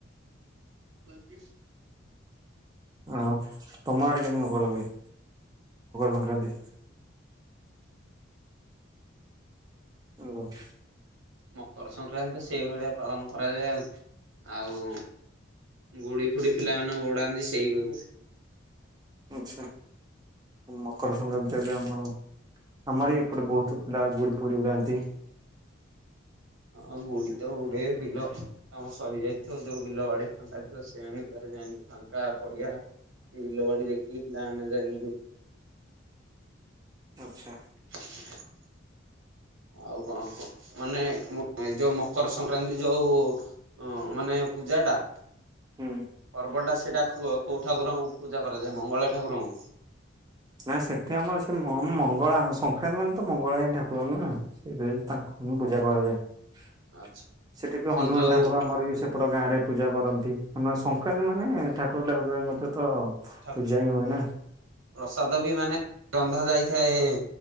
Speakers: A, on the right; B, on the right.
A: ହ
B: ଆଉ ତମ ଆଡେ <unintelligible> ହୁଏ ମକର ସଂକ୍ରାନ୍ତି? <unintelligible>
A: ମକର ସଂକ୍ରାନ୍ତି ସେଇଭଳିଆ ପାଳନ କରାଯାଏ ଆଉ ଆଉ ଗୁଡି ଫୁଡି ପିଲାମାନେ ଉଡାନ୍ତି ସେଇ
B: ଆଚଛା ମକର ସଂକ୍ରାନ୍ତି ଏବେ ଆମର ଆମର ବି ଏପଟେ ବହୁତ ପିଲା ଗୁଡି ଫୁଡି ଉଡାନ୍ତି।
A: ହଁ ଗୁଡ଼ି ତ ଉଡ଼େଇବେ ପିଲ ଆମ ସରି ଯାଇଥିବ ଯୋଉ ବିଲ ବାଡି ଫାଙ୍କା ଥିବ ସେଇମାନଙ୍କରେ ଯାଇକି ଫାଙ୍କା ପଡିଆ ବିଲ ବାଡି ଦେଖିକି ପିଲାମାନେ ଯାଇକି
B: ଆଚ୍ଛା।
A: <unintelligible> ଆଉ କଣ କହ ମାନେ ଏ ଯୋଉ ମକର ସଂକ୍ରାନ୍ତି ଯୋଉ ଓ ମାନେ ପୂଜା ଟା
B: ହୁଁ।
A: ପର୍ବଟା ସେଇଟା କୋଉ ଠାକୁରଙ୍କୁ ପୂଜା କରାଯାଏ ମଙ୍ଗଳା ଠାକୁରଙ୍କୁ?
B: ନା ସେଠି ଆମର ସେ ମଙ୍ଗଳା ସଂକ୍ରାନ୍ତି ମାନେ ତ ମଙ୍ଗଳା ହିଁ ଠାକୁର ନା। ସେଇଥି ତାଙ୍କୁ ହି ପୂଜା କରାଯାଏ
A: ଆଚ୍ଛା
B: ସେଥିପାଇ
A: ସେଇ
B: ହନୁମାନ
A: ଯୋଉ
B: ଠାକୁର ଆମର ପୁରା ଗାଁରେ ପୂଜା କରନ୍ତି ନ ସଂକ୍ରାନ୍ତି ମାନେ ଠାକୁର ଠାକୁର ମତେ ତ
A: ଠା
B: ତୁ ଯାଇ ହୁଏ ନା।
A: ପ୍ରସାଦ ବି ମାନେ ରନ୍ଧା ଯାଇଥାଏ।